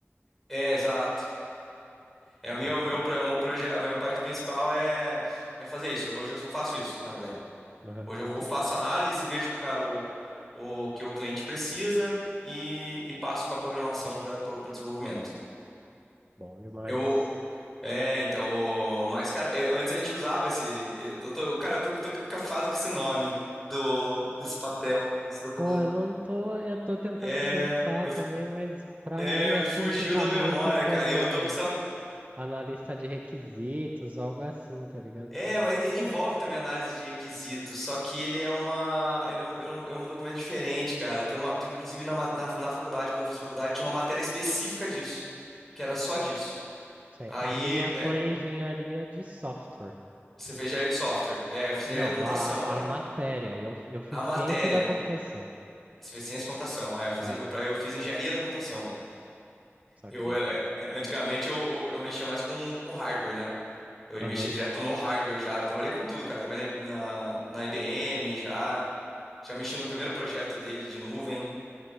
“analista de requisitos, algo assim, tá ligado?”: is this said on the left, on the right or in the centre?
Right